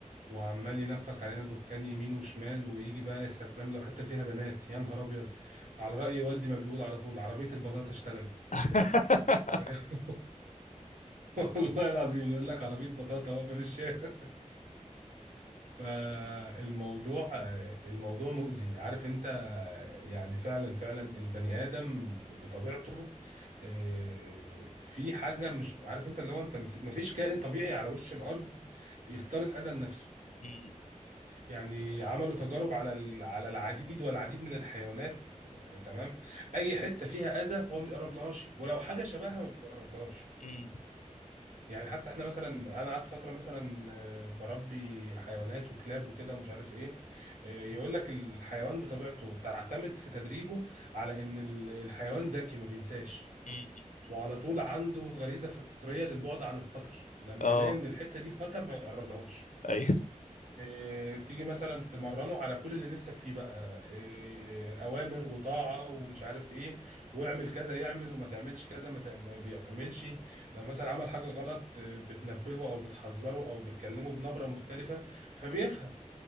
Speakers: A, on the right; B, on the left.
A: وعمال ينفخ علينا دخان يمين وشمال ويجي بقى يا سلام لو حتة فيها بنات يا نهار أبيض على رأي والدي ما بيقول على طول عربية البطاطا اشتغلت
B: <laughs>
A: <laughs> والله العظيم يقول لك عربية بطاطا واقفة في الشارع فالموضوع الموضوع مؤذي عارف انت يعني فعلا فعلا البني ادم بطبيعته آه، في حاجه مش عارف انت اللي هو انت مف- مفيش كائن طبيعي على وش الارض بيختار الاذى لنفسه
B: م-
A: يعني عملوا تجارب على ال- على العديد والعديد من الحيوانات آه، تمام اي حته فيها اذى هو ما بيقربلهاش ولو حاجه شبهها ما بيقربلهاش
B: م-
A: يعني حتى احنا مثلا انا قعدت فتره مثلا آه، بربي حيوانات وكلاب وكده ومش عارف ايه آه، يقول لك الحيوان بطبيعته تعتمد في تدريبه على ان ال- الحيوان ذكي ما بينساش
B: م- م.
A: وعلى طول عنده غريزه فطريه للبعد عن الخطر لما
B: اه
A: يلاقي ان الحته دي خطر ما يقرب لهاش
B: ايوه
A: إيه، تيجي مثلا تمرنه على كل اللي نفسك فيه بقى إيه، اوامر وطاعه ومش عارف ايه واعمل كذا يعمل وما تعملش كذا ما تعم- ما بيعملش لو مثلا عمل حاجه غلط إيه، بتنبهه او بتحذره او بتكلمه بنبره مختلفه فبيفهم